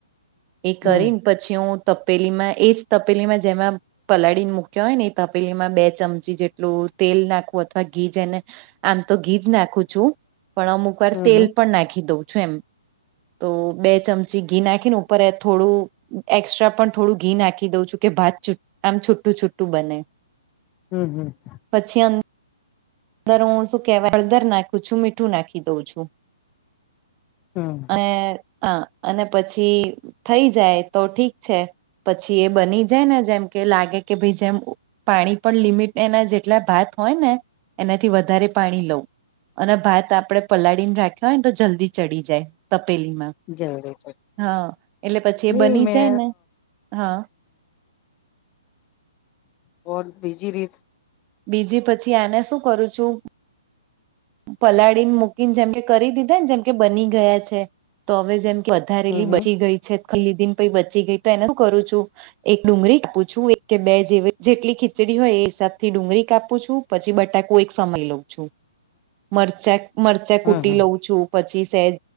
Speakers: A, on the right; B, on the left.
A: એ
B: હમ
A: કરીને. પછી હું તપેલીમાં, એ જ તપેલીમાં, જેમાં પલાળીને મૂક્યા હોય ને, એ તપેલીમાં બે ચમચી જેટલું તેલ નાખવું અથવા ઘી જ એને. આમ તો ઘી જ નાખું છું, પણ અમુક વાર
B: હમ
A: તેલ
B: હમ
A: પણ નાખી દઉં છું એમ. તો બે ચમચી ઘી નાખીને, ઉપર થોડું એસ્ટ્રા પણ થોડું ઘી નાખી દઉં છું કે, ભાત આમ છૂટું-છુટું બને.
B: હમ, હમ.
A: પછી અંદર હું શું કેવાય, હળદર નાખું છું, મીઠું નાખી દઉં છું.
B: હા.
A: હા, અને પછી થઈ જાય તો ઠીક છે. પછી એ બની જાય ને, જેમ કે લાગે કે ભાઈ, જેમ પાણી પણ લિમિટ, એના જેટલા ભાત હોય ને, એનાથી વધારે પાણી લઉં. અને ભાત આપણે પલાળીને રાખ્યા હોય ને, તો જલ્દી ચડી જાય તપેલીમાં.
B: જરૂરી છે
A: હા એટલે પછી
B: ને,
A: એ બની
B: મે
A: જાય ને હા
B: હ. બીજી રીત.
A: બીજી પછી આને શું કરું છું? પલાળીને મૂકીને, જેમ કે કરી દીધા ને, જેમ કે બની ગયા છે, તો હવે જેમ વધારેલી
B: હમ હમ
A: બચી ગઈ છે, ખલ્લી દિન પ બચી ગઈ, તો એને શું કરું છું? એક ડુંગળી કાપું છું, એક કે બે, જેવી જેટલી ખીચડી હોય એ હિસાબથી ડુંગળી કાપું છું. પછી બટાકુ એક સમય લઉં છું, મરચાં મરચાં
B: હમ
A: કૂટી લઉં છું. પછી સેજ